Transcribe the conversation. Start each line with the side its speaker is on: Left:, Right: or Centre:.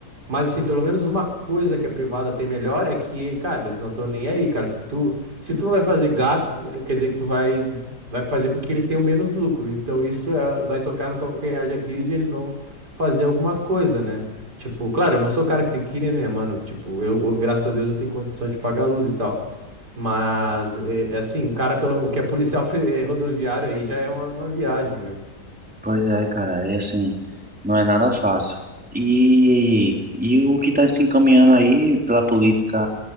Right: Mas, assim, pelo menos uma coisa que a privada tem melhor é que, cara, eles não estão nem aí, cara. Se tu, se tu vai fazer gato, eh, quer dizer que tu vai, vai fazer com que eles tenham menos lucro. Então, isso é- vai tocar no calcanhar de Aquiles e eles vão fazer alguma coisa, né? Tipo, claro, eu não sou cara criqui, né, mano? Tipo, eu, eu- graças a Deus, eu tenho condição de pagar a luz e tal. Mas, é, é assim, um cara, pelo o que é policial <laughs> fe- eh, rodoviário aí já é uma, uma viagem, né?
Centre: Pois é, cara, é assim, não é nada fácil. E, e o que está se encaminhando aí pela política